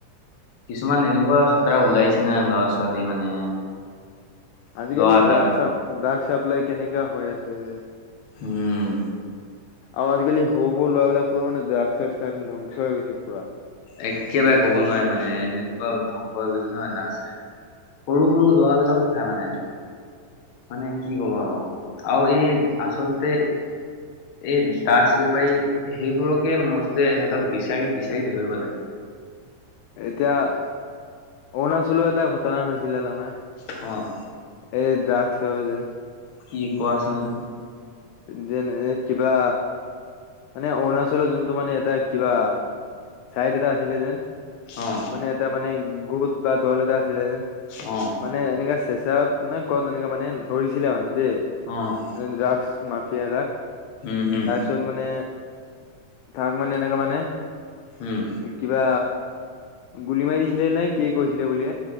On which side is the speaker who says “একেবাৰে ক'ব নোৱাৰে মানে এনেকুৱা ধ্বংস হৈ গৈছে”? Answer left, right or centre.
Left